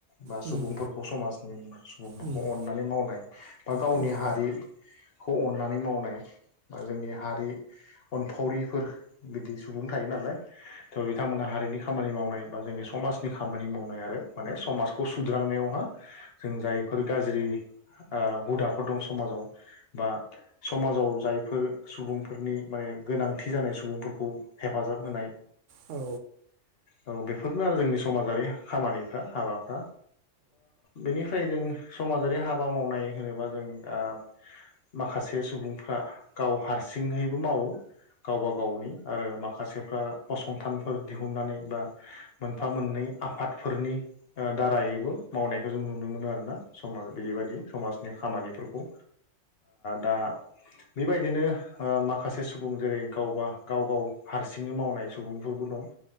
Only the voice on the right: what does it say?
उम
उम
औ
औ।